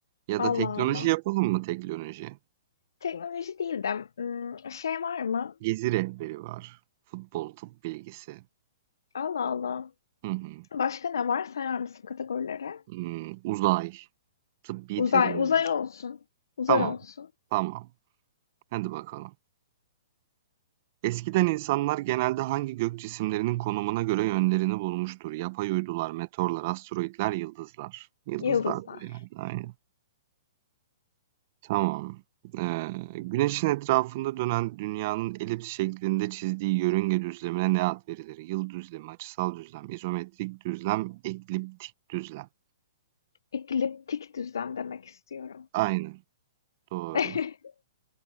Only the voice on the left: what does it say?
Allah
Allah.
Teknoloji değil de, ımm, şey var mı?
Allah Allah.
Başka ne var? Sayar mısın kategorilere?
Uzay,
uzay olsun. Uzay
olsun.
Yıldızlar.
Ekliptik düzlem demek istiyorum.
<laughs>